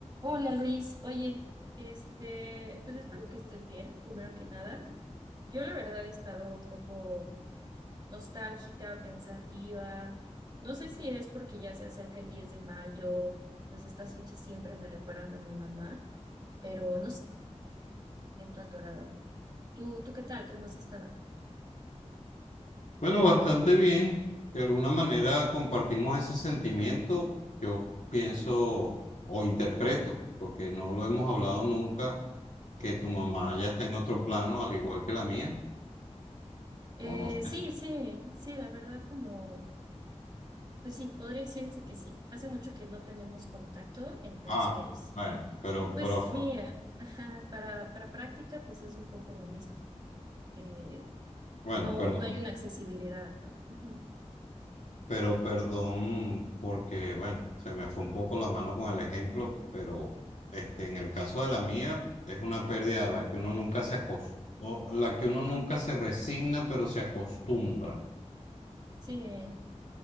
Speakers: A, on the right (about 40°); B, on the left (about 90°).
A: Hola Luis, oye, este, pues espero que estés bien, primero que nada. Yo la verdad he estado un poco nostálgica, pensativa. No sé si es porque ya se acerca el 10 de mayo y pues estas fechas siempre me recuerdan, pero atorado. Tú, Tada.
B: Bueno, bastante bien. De alguna manera compartimos ese sentimiento, yo pienso o interpreto, porque no lo hemos hablado nunca, que tu mamá ya está en otro plano, al igual que la mía,
A: Eh,
B: o no sé.
A: sí, sí, sí, la verdad como, pues sí, podría decirse que sí. Hace mucho que no tenemos contacto, entonces
B: Ah, bueno, pero,
A: Pues
B: pero,
A: mira, ajá, para, para práctica pues es un poco lo mismo. Eh,
B: bueno,
A: no,
B: perdón.
A: no hay una accesibilidad, ¿no? Ujú.
B: pero perdón porque, bueno, se me fue un poco la mano con el ejemplo, pero este, en el caso de la mía es una pérdida a la que uno nunca se acos- o la que uno nunca se resigna, pero se acostumbra.
A: Sí, eh,